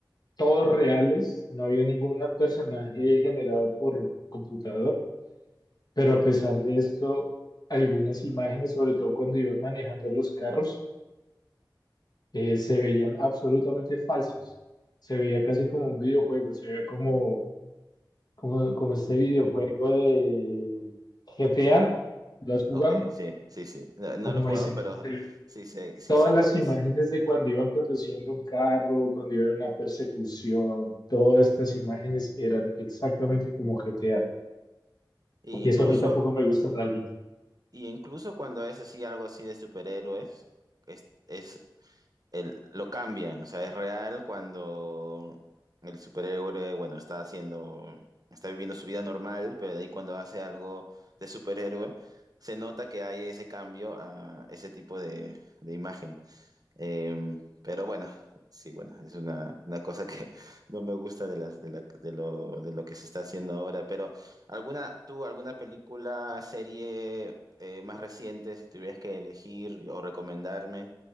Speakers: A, on the left (about 55°); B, on the right (about 50°).
A: todos reales, no había ningún personaje generado por computador Pero a pesar de esto, algunas imágenes, sobre todo cuando iban manejando los carros, eh, se veían absolutamente falsos. Se veía casi como un videojuego, se veía como, como, como este videojuego de GTA. ¿Lo has jugado?
B: Ok, sí, sí, sí. No, no
A: Como
B: lo he jugado,
A: ese.
B: pero
A: Se-
B: sí sé, sí
A: todas
B: sé
A: las
B: cuál es.
A: imágenes de cuando iban conduciendo un carro, cuando iban en una persecución, todas estas imágenes eran exactamente como GTA.
B: Y incluso,
A: Y eso a mí tampoco me gusta realmente.
B: y incluso cuando es así, algo así de superhéroes, es, es el, lo cambian. O sea, es real cuando el superhéroe, bueno, está haciendo, está viviendo su vida normal, pero de ahí cuando hace algo de superhéroe, se nota que hay ese cambio a ese tipo de, de imagen. Eh, pero bueno, sí, bueno, es una, una cosa que <laughs> no me gusta de las, de la- de lo, de lo que se está haciendo ahora. Pero alguna, tú, alguna película, serie eh, más reciente, si tuvieras que elegir o recomendarme,